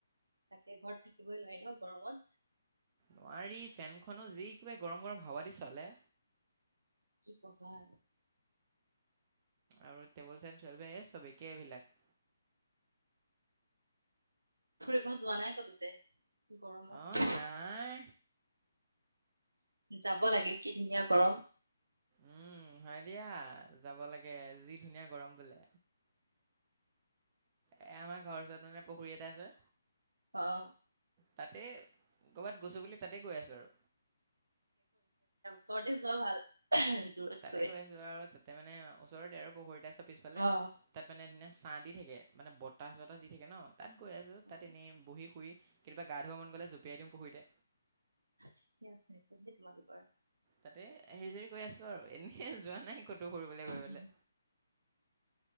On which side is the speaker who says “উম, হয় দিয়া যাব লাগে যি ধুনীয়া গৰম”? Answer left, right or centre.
Right